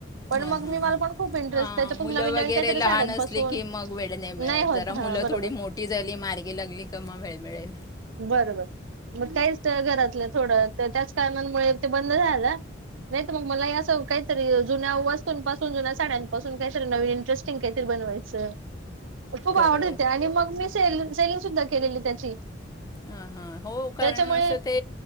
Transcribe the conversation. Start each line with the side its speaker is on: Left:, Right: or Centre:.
Right: पण
Left: हा
Right: मग
Left: हा
Right: मी मला पण खूप इंटरेस्ट
Left: हा
Right: त्याच्यापासून
Left: मुलं
Right: नवीन नवीन
Left: वगैरे
Right: काहीतरी
Left: लहान
Right: साड्यांपासून
Left: असली कि मग वेळ नाही मिळत
Right: होत
Left: जरा
Right: हा
Left: मुलं
Right: बरोबर
Left: थोडी मोठी झाली मार्गी लागली क मग वेळ मिळेल.
Right: बरोबर मग काहीच घरातलं थोडं तर त्याच कारणामुळे ते बंद झालं. नाहीत मग मला असं काहीतरी जुन्या वस्तूंपासून जुन्या साड्यांपासून काहीतरी नवीन इंटरेस्टिंग काहीतरी बनवायचं. खूप
Left: खरं
Right: आवडत
Left: आहे
Right: होते आणि मग मी ेल सेलिंग सुद्धा केलेली त्याची.
Left: हा हा हो कारण
Right: त्याच्यामुळे
Left: असं ते